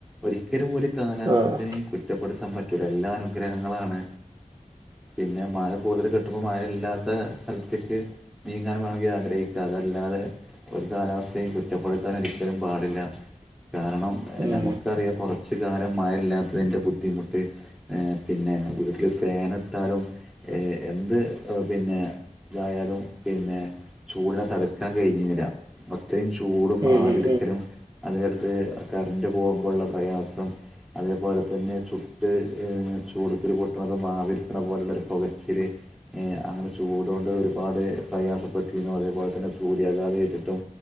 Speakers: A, in the centre; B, on the right (about 30°).
A: ഒരിക്കലും ഒരു കാലാവസ്ഥെ
B: ആഹ്
A: കുറ്റപ്പെടുത്താൻ പറ്റൂല എല്ലാ അനുഗ്രഹങ്ങളാണ് പിന്നെ മഴ കൂടുതൽ കിട്ടുമ്പോൾ മഴയില്ലാത്ത സ്ഥലത്തേക്ക് നീങ്ങാൻ വേണമെങ്കിൽ ആഗ്രഹിക്കുക അതല്ലാതെ ഒരു കാലാവസ്ഥയും കുറ്റപ്പെടുത്തൻ ഒരിക്കലും പാടില്ല കാരണം
B: ഉം
A: നമുക്കറിയാം കുറച്ച് കാലം മഴയില്ലാത്തതിൻ്റെ ബുദ്ധിമുട്ട് പിന്നെ വീട്ടിൽ ഫൻ ഇട്ടാലും ഏ എന്ത് പിന്നെ ഇതായാലും പിന്നെ ചൂടിനെ തടുക്കാൻ കഴിഞ്ഞുന്നില്ല അത്രയും ചൂടും
B: ഉം
A: ആവിടുക്കലും
B: ഉം
A: അതിന്റെടുത്ത് കറണ്ട് പോകുമ്പോള്ള പ്രയാസം അതേപോലെ തന്നെ ചുട്ട് ചൂടുക്കൊരു പൊട്ട് ആവിയെടുക്കുമ്പോ പോലുള്ളൊരു പോകച്ചിൽ അങ്ങനെ ചൂട്കൊണ്ട് ഒരുപാട് പ്രയാസപ്പെട്ടിരുന്നു അതേപോലെ തന്നെ സൂര്യാഘാതയെ ഏറ്റിട്ടും